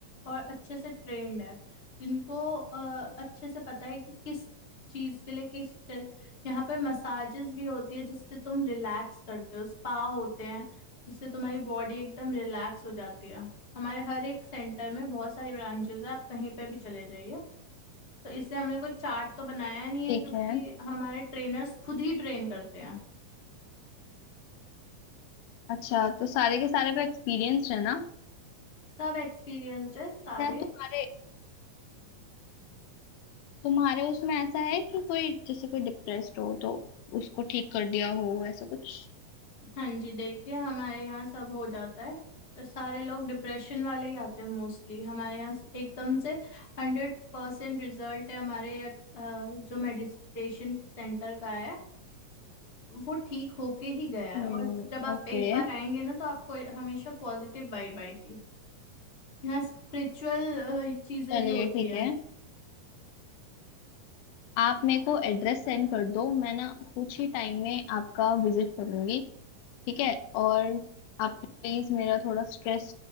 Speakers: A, on the left; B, on the left.
A: और अच्छे से ट्रेंड है जिनको अ, अच्छे से पता है कि किस चीज़ के लिए किस चीज़- यहाँ पे मसाजेस भी होती है जिससे तुम रिलैक्स करते हो स्पा होते हैं जिससे तुम्हारी बॉडी एकदम रिलैक्स हो जाती है हमारे हर एक सेंटर में बहुत सारी ब्रांचेस है आप कहीं पे भी चले जाइए तो इससे हमने कुछ चार्ट तो बनाया नहीं है
B: ठीक
A: क्योंकि
B: है
A: हमारे ट्रेनर्स खुद ही ट्रेन करते हैं
B: अच्छा तो सारे के सारे पे एक्सपीरियंस है ना
A: सब एक्सपीरियंस्ड है सारे
B: क्या तुम्हारे तुम्हारे उसमें ऐसा है कि कोई जैसे कोई डिप्रेस्ड हो तो उसको ठीक कर दिया हो ऐसा कुछ
A: हाँ जी देखिए हमारे यहाँ सब हो जाता है तो सारे लोग डिप्रेशन वाले ही आते हैं मोस्टली हमारे यहाँ से- एकदम से हंड्रेड परसेंट रिजल्ट है हमारे अ, जो मेडिटेशन सेंटर का है वो ठीक होके ही गया है
B: हम्म
A: और जब आप
B: ओके
A: एक बार आएंगे ना तो आपको हमेशा पॉजिटिव वाइब आएगी यहाँ स्पिरिचुअल चीजें
B: चलिए
A: भी होती
B: ठीक
A: है
B: है आप मेरे को एड्रेस सेंड कर दो मैं ना कुछ ही टाइम में आपका विजिट करूंगी ठीक है और आप प्लीज मेरा थोड़ा स्ट्रेस